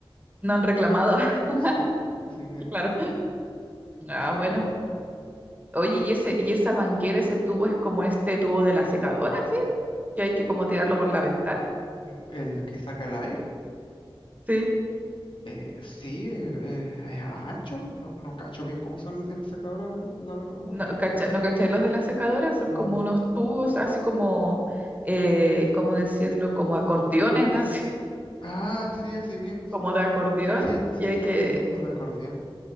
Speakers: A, on the right; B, on the left.
A: No han reclamado, <laughs>
B: Sí, así que,
A: claro. Ah,
B: así
A: bueno.
B: que todo.
A: Oye, ¿y ese, y esa manguera, ese tubo es como este tubo de la secadora? sí? que hay que como tirarlo por la ventana,
B: bien. El que saca el aire,
A: ¿sí?
B: eh, sí, eh, eh, es ancho, no, no cacho bien cómo son los de la secadora, la verdad, porque
A: ¿No, cacha, no cachai? Los de la secadora son
B: no.
A: como unos tubos, así como, eh, ¿cómo decirlo? Como acordeones, <laughs> así,
B: Ah, sí, así mismo son.
A: como de acordeón,
B: Sí, sí,
A: y hay
B: son
A: que...
B: así mismos de acordeón.